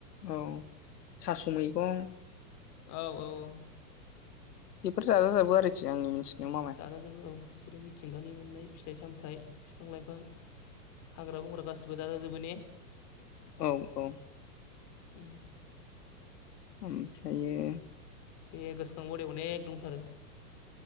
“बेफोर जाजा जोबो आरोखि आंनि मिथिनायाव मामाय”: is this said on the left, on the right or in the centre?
Left